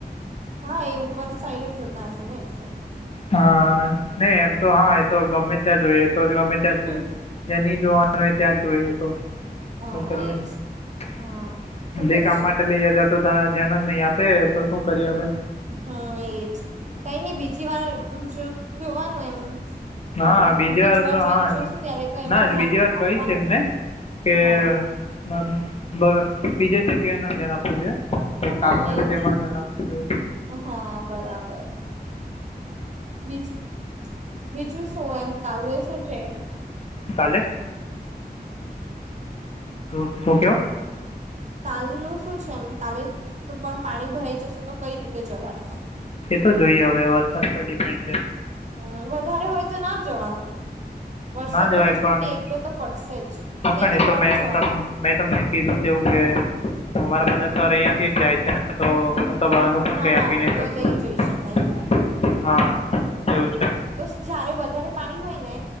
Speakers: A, on the right (about 45°); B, on the left (about 40°).
A: હા, એ ઉપર સાઈડે જોતા, હશે ને એે
B: હા નહી એમ તો હા એ તો ગમે ત્યાં જોઈ એ તો ગમે ત્યાં
A: હમ
B: જોઈ જ્યાં નહી જોવાનું હોય ત્યાં જોઈએ તો
A: હા
B: હું કર્યા
A: એજ હા શું કરી
B: જે કામ
A: શકતા
B: માટે લઈ
A: એમાં
B: જતા તો ત્યાં ધ્યાન જ નહી આપ તે તો શું કરીયે હવે
A: હા એજ કઈ નઈ બીજી વાર અ મ જોવાનું એમ
B: હા
A: મળી અમ બીજી વાર
B: તો
A: જઈને
B: હા
A: જોશું
B: એમ
A: ત્યારે તો એમ
B: ના
A: જ ધ્યાન
B: બીજી વાર
A: આપવાનું
B: કહીશ એમને કે
A: હા
B: બ બગ બીજે જગ્યાએ ના ધ્યાન આપવું જોઈએ
A: હા
B: કામ ન
A: એજ
B: છે તેમાં જતા પૂર
A: હા બરાબર બીજું બીજું શું એમ કાલે શું છે
B: કાલે શું શું કેવ
A: કાલ નું શું છે એમ કાલે તો પણ પાણી ભરાઈ જશે તો કઈ રીતે જવાશે
B: તો જોઈએ હવે વરસાદ પર ડિપેન
A: હ, વધારે હોય. તો ના જવાનું વરસાદમાં
B: ના જવાય
A: તો છુટ્ટી
B: પણ
A: એક બે તો પડશે જ
B: હા,
A: નહી
B: પણ ને
A: મોડું
B: તો મેં
A: જવાનું
B: ત મેં તમને કીધુ, તેવુ કે અમારા, બધા સર અહિયાં થી જ જાય છે, ને તો તો બહાનું પણ
A: હા
B: કઈ
A: હા
B: આપી, નહી.
A: તો
B: શકતું
A: લઈ
B: એમ
A: જઈ શકાય તમને
B: હા એવું છે
A: તો જયારે વધારે પાણી હોય, ને